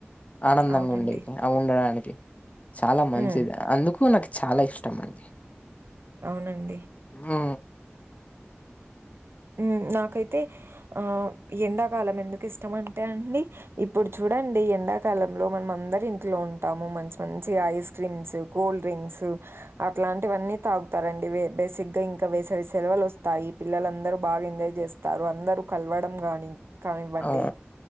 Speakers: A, on the left; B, on the right.
A: ఆనందంగా
B: అవునండి.
A: ఉండేకీ అవి ఉండడానికి చాలా మంచిది
B: హ్మ్.
A: అందుకు నాకు చాలా ఇష్టం అండి
B: అవునండి
A: ఊ
B: ఉమ్ నాకైతే ఆ ఎండాకాలం ఎందుకు ఇష్టం అంటే అండి ఇప్పుడు చూడండి ఎండాకాలంలో మనం అందరి ఇంట్లో ఉంటాము మంచి మంచి ఐస్ క్రీమ్స్ కూల్డ్రింక్స్సు అట్లాంటివన్నీ తాగుతారండి బేసిక్ గా ఇంకా వేసవి సెలవులు వస్తాయి పిల్లలందరూ బాగ్ ఎంజాయ్ జేస్ తారు అందరూ కలవడం గాని కానివ్వండి
A: ఆ